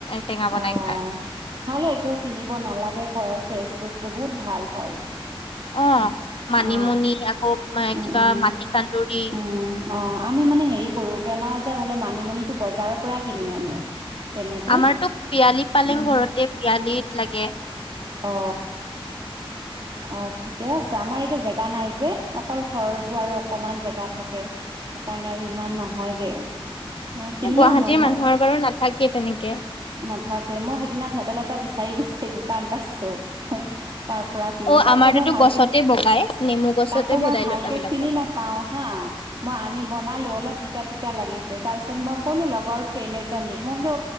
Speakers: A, on the left (about 65°); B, on the right (about 50°).
A: টেঙা
B: অ',
A: বনাই খায়।
B: ভালে একেও কিনিব নালাগে ঘৰৰ ফ্ৰেছ বস্তু বহুত ভাল হয়।
A: অ মানিমুনি
B: অ
A: আকৌ
B: উম
A: কিবা
B: উম
A: মাটি কান্দুৰি
B: উম অ আমি মানে হেৰি কৰো বেমাৰ আজাৰ হ'লে মানিমুনিটো বজাৰৰ পৰা কিনি আনো। তেনেকে
A: আমাৰতো পিয়ালি পালেং
B: উম,
A: ঘৰতে পিয়ালিত লাগে।
B: অ অ ঠিকে আছে আমাৰ এতিয়া জে নাই যে অকল ঘৰৰতটো আৰু অকমান জেগা থাকে সেইকাৰণে আৰু ইমান নহয়গে কিনিয়ে
A: এ গুৱাহাটীয়ে
B: আনো মই
A: মানুহৰ বাৰু নাথাকে তেনেকে
B: নাথাকে মই সেইদিনা ভেদাইলতা বিচাৰি বিচাৰি দোকান পাইছোঁ তাৰ পৰা কিনি
A: অ'
B: তাকো
A: আমাৰতো
B: মই ভালকে
A: গছতে বগাই নেমু গছতে
B: তাকো
A: ভেদাইলতা
B: মই ভালকে
A: বিলাক
B: চিনি
A: বগাই।
B: নাপাও হা মই আনি বনালো অলপ তিতা তিতা লাগিছে তাৰ পিছত মই কলো লগৰ ফ্ৰেণ্ড এজনীক মই বোলো